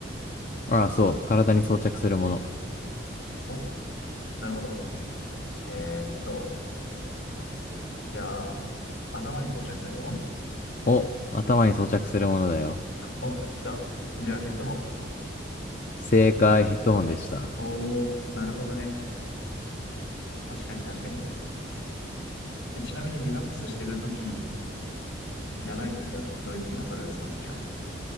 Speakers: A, on the left (about 40°); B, on the left (about 85°).
A: ああ、そう、体に装着するもの。
B: のお、なるほど。えーっと、じゃあ、頭に装着するもの
A: お、頭に装着するものだよ。
B: お、来た。じゃあヘッドホ
A: 正解、ヘッドホンでした。
B: ン。おー、なるほどね。確かに確かに。えちなみにリラックスしてるときじゃないときは、どういうときなそれを使うときは。